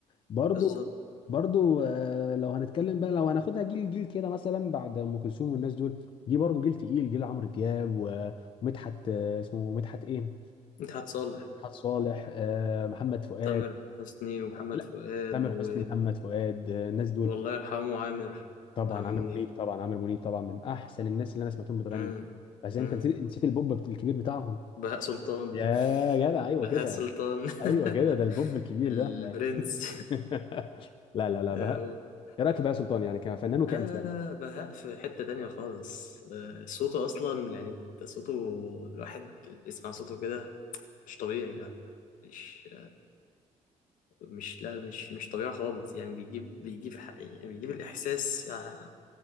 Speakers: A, on the left; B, on the left.
A: برضو
B: بالظبط
A: برضو آه لو هنتكلم بقى لو هناخدها جيل جيل كده مثلا بعد ام كلثوم والناس دول جه برضو جيل تقيل جيل عمرو دياب و- ومدحت آه اسمه مدحت ايه
B: مدحت صالح
A: مدحت صالح آه محمد فؤاد
B: تامر حسني ومحمد
A: لا
B: فؤاد
A: تامر
B: و...
A: حسني محمد فؤاد آه الناس دول
B: والله يرحمه عامر
A: طبعا
B: عامر
A: عامر
B: منيب
A: منيب طبعا عامر منيب طبعا من احسن الناس اللي انا سمعتهم بتغني
B: مم،
A: بس انت
B: مم.
A: نسيت نسيت البوب بت- الكبير بتاعهم
B: بهاء سلطان
A: يا
B: <laughs>
A: جدع ايوه
B: بهاء
A: كده
B: سلطان <laughs>
A: ايوه كده ده البوب الكبير
B: البرنس
A: ده ده <laughs> لا لا لا
B: <laughs>
A: بهاء ايه رايك في بهاء سلطان يعني كفنان وكانسان
B: آه لا لا لا بهاء في حتة تانية خالص آه صوته أصلا يعني أنت صوته الواحد يسمع صوته كده مش طبيعي لا مش مش لا مش مش طبيعي خالص يعني بيجيب بيجيب ح- يعني بيجيب الإحساس آه